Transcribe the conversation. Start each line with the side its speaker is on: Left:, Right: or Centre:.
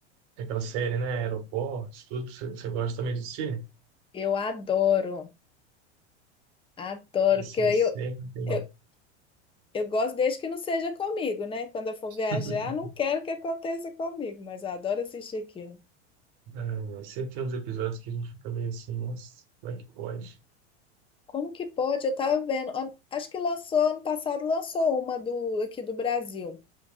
Right: daquela série, né? Aeroportos, tudo. Você você gosta também de assistir?
Left: Eu adoro, adoro,
Right: Esse
Left: porque aí
Right: sempre
Left: eu
Right: tem.
Left: eu, Eu gosto desde que não seja comigo, né? Quando eu for
Right: <laughs>
Left: viajar, não quero que aconteça comigo, mas eu adoro assistir aquilo.
Right: Ai, ai. Sempre tem uns episódios que a gente fica meio assim, nossa, como é que pode?
Left: Como que pode? Eu tava vendo. An- Acho que lançou, ano passado lançou uma do aqui do Brasil.